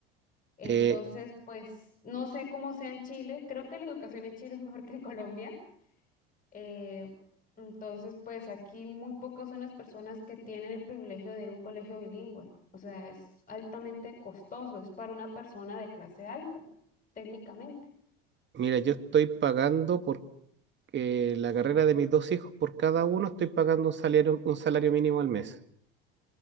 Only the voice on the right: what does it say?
Eh,
Mira, yo estoy pagando por eh, la carrera de mis dos hijos, por cada uno estoy pagando un salario, un salario mínimo al mes.